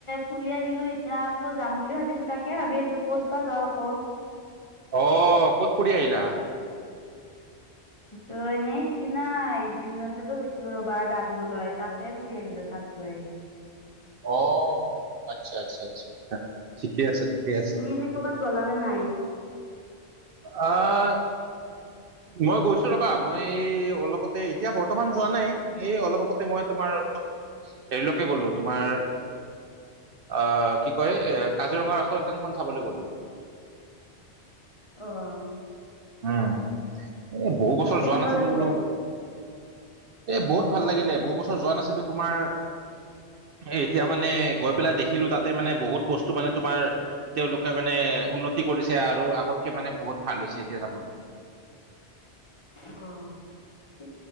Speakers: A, on the left; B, on the right.
A: ফুৰি আহিলোঁ, এতিয়া আকৌ যাম বুলি ভাবিছোঁ তাকে তাকে ভাবি আছোঁ কত বা যাওঁ আকৌ
B: অ', ক'ত ফুৰি আহিলা?
A: তো এনেই সিদিনা ডিমলণ্ডতো গৈছিলোঁ ৰবা গা ধুবলৈ তাতে ফুৰি আহিলোঁ তাত কয় <unintelligible>
B: অ', আচ্ছা-আচ্ছা-আচ্ছা-আচ্ছা ঠিকে আছে। আছে।
A: তুমি এনে কৰ'ৰবাত গলা নে নাই?
B: আহ মই গৈছোঁ ৰবা মই অলপতে এতিয়া বৰ্তমান যোৱা নাই। এই অলপ আগতে মই তোমাৰ অলপ হেৰিলৈকে গ'লোঁ। তোমাৰ অ, কি কয়? এ কাজিৰঙা ৰাষ্ট্ৰ উদ্যানখন চাবলৈ গ'লোঁ।
A: অ'।
B: উম, এ বহু বছৰ
A: কেনেকুৱা
B: যোৱা নাছিলোঁ
A: লাগিলে?
B: বোলোঁ এ বহুত ভাল লাগিলে। বহুত বছৰ যোৱা নাছিলোঁ তোমাৰ এ এতিয়া মানে গৈ পেলাই দেখিলোঁ তাতে মানে বহুত বস্তু মানে তোমাৰ তেওঁলোকে মানে উন্নতি কৰিছে আৰু আগতকে মানে বহুত ভাল হৈছে এতিয়া যাবলৈ।
A: অ'। তে